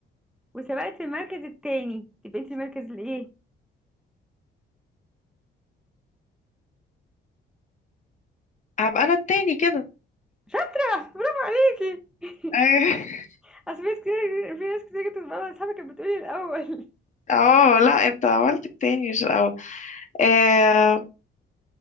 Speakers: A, in the centre; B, on the left.
A: وسبقت المركز التاني تبقى انتي المركز الايه
B: هبقى انا التاني كده
A: شاطرة برافو عليكي <laughs>
B: ايوه <laughs>
A: اصل في ناس كتير في ناس كتير كنت بتبقى اصحابي كانت بتقولي الاول
B: اه لا انت عملت التاني مش الاول آه